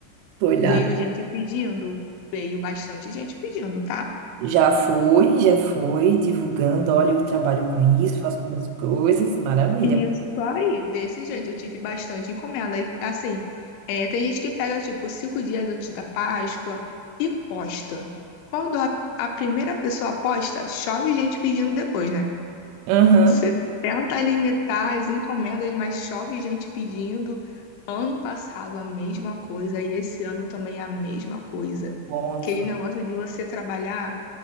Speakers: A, on the right (about 85°); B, on the left (about 80°).
A: vou olhar.
B: Veio gente pedindo, veio bastante gente pedindo, tá?
A: Já foi, já foi divulgando, olha, eu trabalho com isso, faço algumas coisas, maravilha.
B: Isso aí, desse jeito, eu tive bastante encomenda. E, assim, é, tem gente que pega, tipo, cinco dias antes da Páscoa e posta. Quando a, a primeira pessoa posta, chove gente pedindo depois, né?
A: Aham.
B: Você tenta limitar as encomendas, mas chove gente pedindo. Ano passado a mesma coisa e esse ano também a mesma coisa.
A: Wonderful.
B: Aquele negócio de você trabalhar.